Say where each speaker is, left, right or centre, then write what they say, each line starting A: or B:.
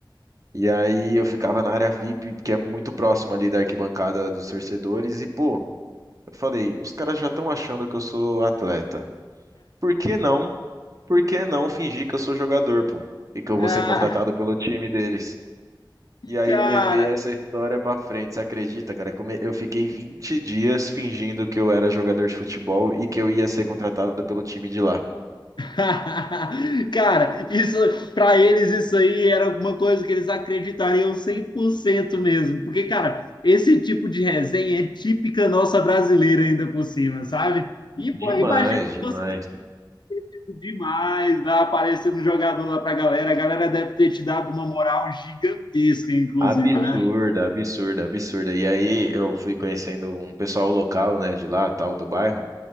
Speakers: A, on the right; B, on the left.
A: E aí eu ficava na área VIP, que é muito próximo ali da arquibancada dos torcedores, e pô, eu falei, os caras já estão achando que eu sou atleta. Por que não? Por que não fingir que eu sou jogador, pô? E que eu vou
B: Ah,
A: ser contratado pelo time deles? E aí
B: cara,
A: levei essa história pra frente. Você acredita, cara? como Eu fiquei 20 dias fingindo que eu era jogador de futebol e que eu ia ser contratado pelo time de lá.
B: <laughs> cara, isso para eles isso aí era alguma coisa que eles acreditariam 100% mesmo, porque cara, esse tipo de resenha é típica nossa brasileira ainda por cima, sabe? E
A: Demais,
B: pô, imagina que
A: demais.
B: você riu demais lá aparecendo um jogador lá pra galera, a galera deve ter te dado uma moral gigantesca, inclusive,
A: Absurda,
B: né?
A: absurda, absurda. E aí eu fui conhecendo um pessoal local, né, de lá, tal, do bairro.